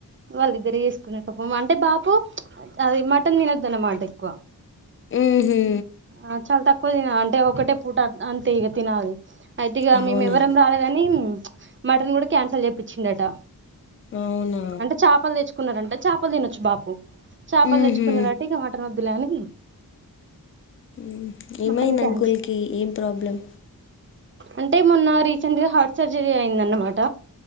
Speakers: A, on the right (about 35°); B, on the left (about 35°).
A: వాళ్ళిద్దరే చేసుకున్నారు పాపం అంటే బాపు అది మటన్ తినొద్దు అన్నమాట ఎక్కువ.
B: మ్మ్హూ.
A: ఆ చాల తక్ కువ తిన అంటే ఒకటే పూట అంతే ఇగ తినాలి. అయితే ఇగ
B: అవునా
A: మేము ఎవ్వరెం రాలేదని మటన్ కూడా క్యాన్సల్ చేపిచిండు అట
B: అవునా
A: అంటే చాపలు తెచ్చుకున్నారంట చాపలు తినొచ్చు బాపు. చాపలు
B: మ్మ్హూ.
A: తెచ్చుకున్నారట ఇక మటన్ వద్దులే అని.
B: ఉమ్ ఏమైంది
A: మటన్ క్యాన్సల్
B: అంకుల్కి ఏం ప్రాబ్లం.
A: అంటే మొన్న రీసెంట్ గా హార్ట్ సర్జరీ అయిందన్నమాట.